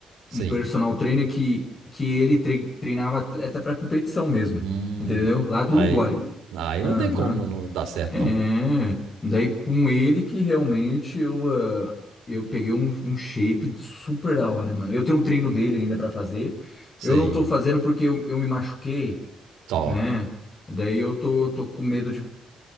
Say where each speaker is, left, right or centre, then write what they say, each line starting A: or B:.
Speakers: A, on the right; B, on the left.
A: Sim.
B: um personal trainer que, que ele tre- treinava atleta pra competição mesmo,
A: Hum,
B: entendeu? Lá do
A: aí,
B: Uruguai.
A: aí
B: Aham.
A: não tem como não, não dar certo,
B: É.
A: não.
B: Daí com ele que realmente eu, ah, eu peguei um, um shape super da hora, mano. Eu tenho um treino dele ainda pra fazer.
A: Sim,
B: Eu não tô fazendo porque eu, eu me machuquei,
A: só.
B: né? Daí eu tô, tô com medo de